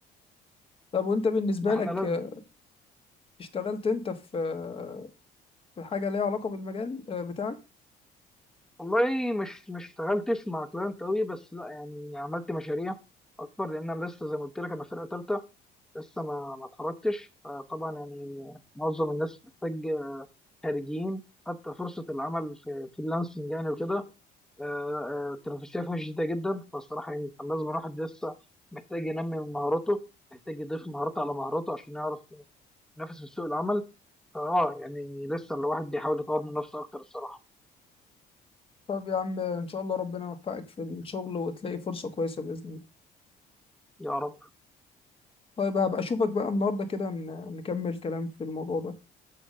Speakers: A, on the left; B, in the centre.
A: طب وأنت بالنسبة
B: ده احنا
A: لك
B: لازم
A: آه، اشتغلت أنت في آه، في حاجة ليها علاقة بالمجال آه، بتاعك
B: والله مش مش اشتغلتش مع كلاينت قوي بس لا يعني عملت مشاريع اكبر لان انا لسه زي ما قلت لك انا فرقه ثالثه لسه ما ما اتخرجتش فطبعا يعني معظم الناس محتاج خارجين حتى فرصه العمل في فريلانسنج يعني وكده آه، آه، التنافسيه فيها شديده جدا فالصراحه يعني كان لازم الواحد لسه محتاج ينمي من مهاراته محتاج يضيف مهارات على مهاراته عشان يعرف ينافس في سوق العمل فاه يعني لسه الواحد بيحاول يطور من نفسه اكتر الصراحه
A: طب يا عم آه، إن شاء الله ربنا يوفقك في الشغل وتلاقي فرصة كويسة بإذن الله
B: يا رب
A: طيب هبقى اشوفك بقى النهارده كده ن- نكمل كلام في الموضوع ده